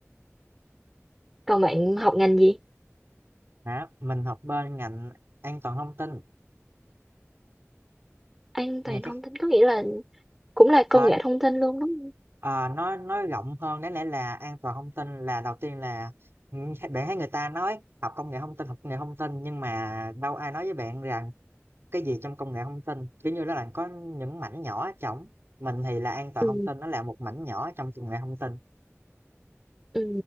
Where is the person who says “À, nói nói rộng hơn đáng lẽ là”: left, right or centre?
Right